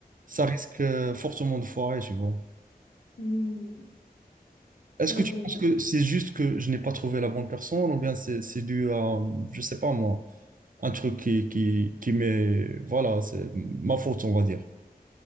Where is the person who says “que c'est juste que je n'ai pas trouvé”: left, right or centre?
Right